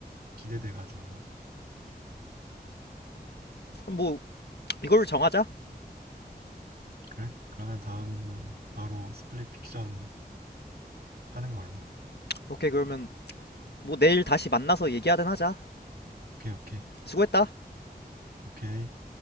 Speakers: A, on the right; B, on the left.
A: 기대돼가지고
B: 그럼 뭐 이걸 정하자.
A: 그래? 그러면 다음 바로 스플릿 픽션 하는 걸로
B: 오케이 그러면 뭐 내일 다시 만나서 얘기하든 하자.
A: 오케이 오케이
B: 수고했다.
A: 오케이